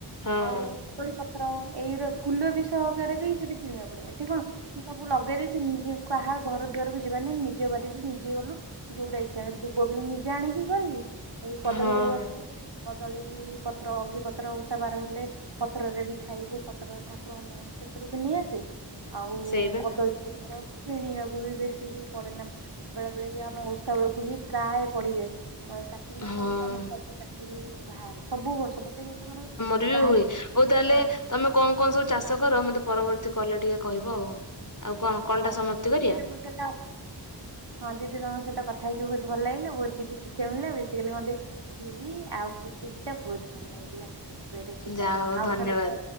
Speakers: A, on the left; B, on the right.
A: ହଁ
B: ଆଉ କଦଳୀ ପତ୍ର ଏଇ ର ଫୁଲ ବି ସହକାରେ ବି ସେଠି କିଣିବାକୁ ପଡେ। ଏଠି କଣ ମୁଁ ସବୁ ଲଗେଇ ଦେଇଛି। ନିଜେ କାହା ଘର ଦୁଆରକୁ ଯିବାନାଇ ନିଜ ବାରିରେ ନିଜେ ଗଲୁ। ଯୋଉଟା ଇଛା, ଦୁବ ବି ମୁଁ ନିଜେ ଆଣିକି କରିବି। ସେଇ କଦଳୀରେ
A: ହଁ
B: ଗଛରେ କଦଳୀ ବି ପତ୍ର ଅଗିପତ୍ର ଉଷା ବାର ହେ ହେଲେ ପତ୍ରରେ ବି ଖାଇବୁ। ପତ୍ରରେ ଠାକୁରଙ୍କ ପାଇଁ ସେଥିରୁ ବି ନେଇ ଆସେ। ଆଉ
A: ସେଇବା
B: କଦଳୀ ଆମର କିଣିବାକୁ ବି ବେଶୀ ବି ପଡେ ନା ବେଳେ ବେଳେ ବି ଆମ ଓଷା ବେଳକୁ ବି ପ୍ରାୟ ପଡିଯାଏ। କାର୍ତ୍ତିକ ମାସ
A: ହଁ
B: ବେଳକୁ ଆମର କାନ୍ଦି ଵି ବାହାରେ। ସବୁ ବର୍ଷ ପ୍ରତ୍ୟେକ ବର୍ଷ ଆମର
A: ହୁଏ
B: ବାହାରେ
A: ହଉ ତାହେଲେ
B: ହଁ
A: ତମେ କଣ କଣ ସବୁ ଚାଷ କର। ମତେ ପରବର୍ତ୍ତୀ କଲେ ଟିକେ କହିବ ଆଉ। କଣ କଲ୍
B: ହଉ
A: ଟା
B: <unintelligible>
A: ସମାପ୍ତି କରିବା
B: ନିଶି ତ ଗୋଟେ ଥାଉ ହଁ ଦିଦି ତମ ସହିତ କଥାଇକି ବହୁତ ଭଲ ଲାଗିଲା। ବହୁତ କିଛି ଶିକ୍ଷିବାକୁ ମିଳିଲା। ଵେଶୀକାଲି ମତେ ଖିୀରି ଆଉ ଖେଚେଡି ଟା ବହୁତ ଭଲ ଲାଗିଲା। <unintelligible>
A: ଯାହା
B: ମୁଁ
A: ହଉ
B: ଆଉଥରେ
A: ଧନ୍ୟବାଦ।
B: ତ